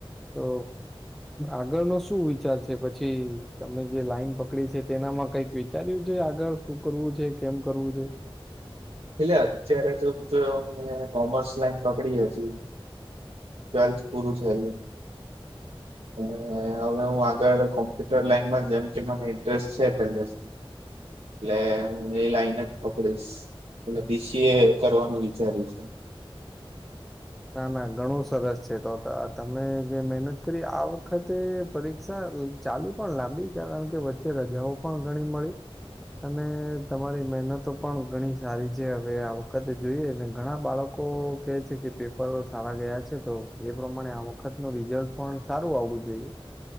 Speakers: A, in the centre; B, on the right.
A: તો આગળનો શું વિચાર છે પછી તમે જે લાઈન પકડી છે તેનામાં કઈક વિચાર્યું છે આગળ શું કરવું છે કેમ કરવું છે.
B: એટલે અત્યારે તો તો મે કોમર્સ લાઈન પકડી હતી ટવેલ્થ પૂરું થયેલું ને હવે હું આગળ કોમ્પ્યુટર લાઈનમાં જેમ કે મને ઇન્ટરેસ્ટ છે પહેલે થી એટલે હું એ લાઈન જ પકડીશ. એટલે બી સી એ કરવાનું વિચાર્યું છે.
A: ના ના ઘણું સરસ છે તો તમે જે મહેનત કરી આ વખતે પરીક્ષા અહ ચાલી પણ લાંબી કારણ કે વચ્ચે રજાઓ પણ ઘણી મળી અને તમારી મહેનતો પણ ઘણી સારી છે હવે આ વખતે જોઈએ ને ઘણા બાળકો કેહે છે કે પે પરરો સારા ગયા છે તો એ પ્રમાણે આ વખતનું રિઝલ્ટ પણ સારું આવવું જોઈએ.